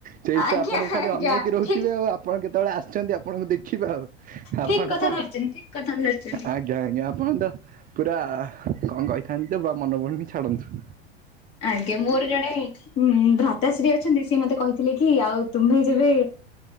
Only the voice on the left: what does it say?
ଆଜ୍ଞା
ଆଜ୍ଞା
ଠିକ୍
ଠିକ୍ କଥା
ଧରିଚନ୍ତି ଠିକ୍ କଥା ଧରିଚନ୍ତି।
ଆଜ୍ଞା, ମୋର ଜଣେ ଉଁ ଭ୍ରତାଶ୍ରୀ ଅଛନ୍ତି, ସିଏ ମତେ କହିଥିଲେ କି ଆଉ ତୁମ୍ଭେ ଯେବେ